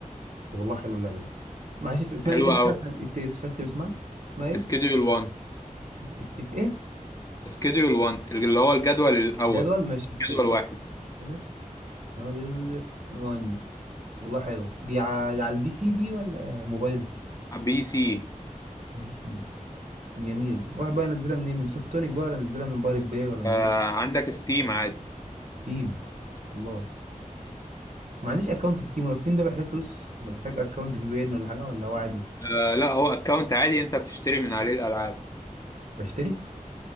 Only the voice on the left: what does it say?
حلوة
قوي
سكيدول 1
سكيدول 1 اللي هو الجدول الاول
جدول واحد
بي سي
آه عندك ستيم عادي
آه لا هو اكونت عادي انت بتشتري من عليه الالعاب